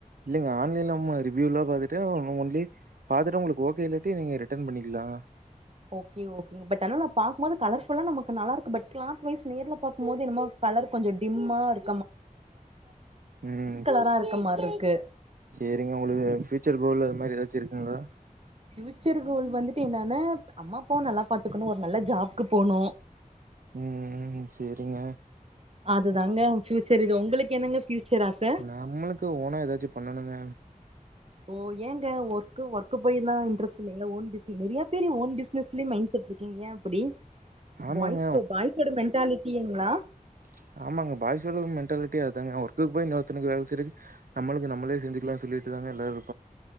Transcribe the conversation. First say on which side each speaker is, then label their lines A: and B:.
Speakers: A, on the right (about 80°); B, on the right (about 45°).
A: இல்லங்க ஆன்லைன்ல நம்ம ரிவ்யூலா பாத்துட்டு ஒ நோ ஒன்லி பாத்துட்டு உங்களுக்கு ஓகே இல்லாட்டி நீங்க ரிட்டன் பண்ணிக்குலா
B: ஓகே ஓகே பட் நா பாக்கும் போது கலர்ஃபுல்லா நமக்கு நல்லா இருக்கு பட் கிளாத் வைஸ் நேர்ல பாக்கும் போது என்னமோ கலர் கொஞ்ச டிம்மா இருக்கு
A: உம்
B: கலரா இருக்க மாரி இருக்கு
A: சேரிங்க உங்களுக்கு ஃயூச்சர் கோல் அது மாரி எத ச்சு இருகுங்ளா
B: ஃபியூச்சர் கோல் வந்துட்டு என்னானா அம்மாப்பாவ நல்லா பாத்துகணு ஒரு நல்ல ஜாப்க்கு போணு
A: உம் ம் சேர் ங்க
B: அதுதாங்க ஃபியூச்சர் இது ஒங்களுக்கு என்னங்க ஃபியூச்சர் ஆச
A: நம்மளுக்கு ஓனா எதாச்சு பண்ணணுங்க
B: ஓ ஏங்க ஒர்க்கு ஒர்க்கு போய்ந்தா இன்ட்ரஸ்ட் இல்லைங்ளா ஓன் பிஸ்னி நெறயா பேரு ஓன் பிஸ்னஸ்லே மைண் செட் இருகீங் ஏ அப்டி
A: ஆமாங்க
B: ஒன்ஸ் பாய்ஸோட மெண்டாலிட்டியங்ளா
A: ச் ஆமாங்க பாய்ஸோட மெண்டாலிட்டி அதாங்க ஒர்க்குக்கு போய் இன்னோர் தனுக்கு வேல செய்றக்கு நம்மளுக்கு நம்மளே செஞ்சுகலான் சொல்லிட்டுதாங்க எல்லாரு